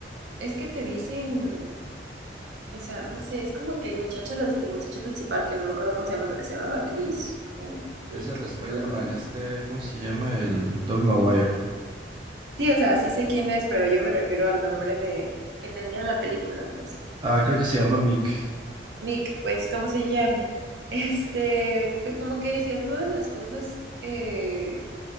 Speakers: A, on the right; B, on the right.
A: es que te dicen, o sea, no sé, es como que el muchacho, los- el muchacho principal, que no me acuerdo cómo se llama, creo que se llamaba Chris o Nick,
B: es el Spider-Man,
A: no me acuerdo.
B: este, ¿cómo se llama? El Tobey Maguire.
A: Sí, o sea, sí sé quién es, pero yo me refiero al nombre de que tenía en la película, pues.
B: Ah, creo que se llama Mick.
A: Mick, pues, ¿cómo se llame? <laughs> Este, pues como que decía todas las cosas, eh,